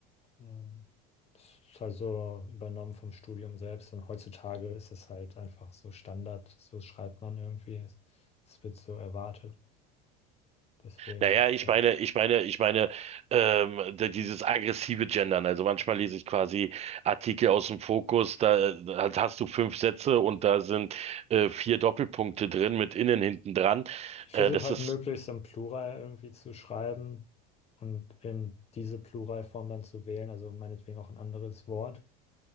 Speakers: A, on the left; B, on the right.
A: Ähm, Das ist halt so übernommen vom Studium selbst. Und heutzutage ist es halt einfach so Standard. So schreibt man irgendwie. Es es wird so erwartet. Deswegen,
B: Naja, ich
A: ja.
B: meine, ich meine, ich meine, ähm, d- dieses aggressive Gendern. Also manchmal lese ich quasi Artikel aus dem Fokus, da, da hast du fünf Sätze und da sind äh, vier Doppelpunkte drin mit innen hinten dran.
A: Ich versuche
B: Äh, das
A: halt
B: ist
A: möglichst im Plural irgendwie zu schreiben und eben diese Pluralform dann zu wählen. Also meinetwegen auch ein anderes Wort.